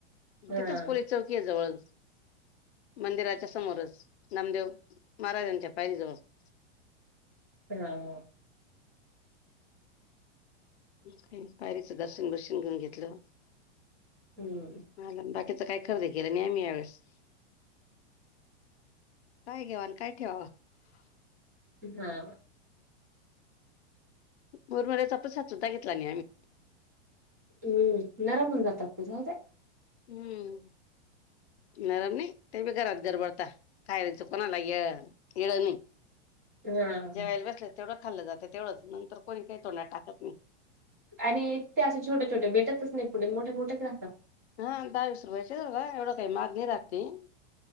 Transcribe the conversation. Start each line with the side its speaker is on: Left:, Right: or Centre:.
Right: हा
Left: तिथंच पोलीस चौकी आहे जवळ <unintelligible> मंदिराच्या समोरच नामदेव महाराजांच्या पायरीजवळ <unintelligible>
Right: हा <unintelligible>
Left: का पायरीचं दर्शन बर्शन घेऊन घेतलं <unintelligible>
Right: ह <unintelligible>
Left: मला बाकीचं काय खर्ज केलं नाही आमही यावेळेस <unintelligible> काय घेवान काय ठेवा <unintelligible>
Right: हा <unintelligible>
Left: बरम्याचा प्रसाद सुद्धा घेतला नाही आम्ही <unintelligible>
Right: हम्म नरम मुंदातगतच हो <unintelligible>
Left: हम्म <unintelligible> नरम नाही,, ते बी घरात गरबडता,, खायरचं कोणाला य येळ नाही. <unintelligible>
Right: हा
Left: जेव्हाला बसले तेवढंच खाल्लं जाते तेवढंच नंतर कोणी काही तोंडात टाकत नाही <unintelligible>
Right: आणि ते असे छोटे छोटे भेटतच नाही पुढे मोठे मोठेच राहतात <unintelligible>
Left: हा दहावीस रुपयाचे का एवढं काही मागणी राहते <unintelligible>